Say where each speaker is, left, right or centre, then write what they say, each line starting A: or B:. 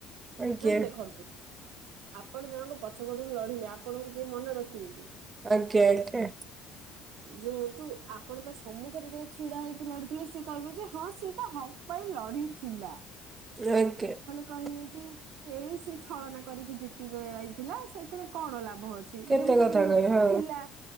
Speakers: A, on the right; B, on the right.
A: ଆଜ୍ଞା
B: ମେମ୍ ଦେଖନ୍ତୁ ଆପଣ ଜଣକ ପଛ ପଟରୁ ଲଢିଲେ ଆପ୍ ଆପଣଙ୍କୁ କିଏ ମନ ରଖିବେ କି?
A: ଆଜ୍ଞା ଆଜ୍ଞା।
B: ଯେହେତୁ ଆପଣ ତା ସମ୍ମୁଖରେ ଯାଇ ଛିଡା ହେଇକି ଲଢୁଥିଲେ ସିଏ କହିବେ ଯେ ହଁ ସିଏ ତା ହକ୍ ପାଇଁ ଲଢିଥିଲା।
A: ଜାଇକେ- <unintelligible>
B: କହିଲେ କି ଏଇ ସେ ଛଳନା କରିକି ଜିତି ଯାଇଥିଲା ସେଥିରେ କଣ ଲାଭ ଅଛି।
A: କେତେ
B: ଯେମିତିକି
A: କଥା
B: ମୁଁ
A: କହି ହଁ
B: ପିଲା।